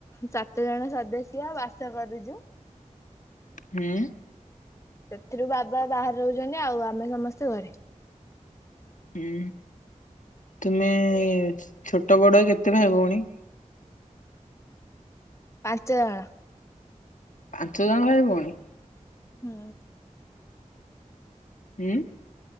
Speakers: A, on the left; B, on the left.
A: ସାତ ଜଣ ସଦସ୍ୟ ବାସ କରିଚୁ।
B: ହୁଁ।
A: ସେଥିରୁ ବାବା ବାହାରେ ରହୁଚନ୍ତି ଆଉ ଆମେ ସମସ୍ତେ ଘରେ।
B: ହୁଁ ତୁମେ ଛୋଟ ବଡ କେତେ ଭାଇ ଭଉଣୀ?
A: ପାଞ୍ଚଜଣ।
B: ପାଞ୍ଚ ଜଣ ଭାଇ ଭଉଣୀ।
A: ହୁଁ।
B: ଉଁ।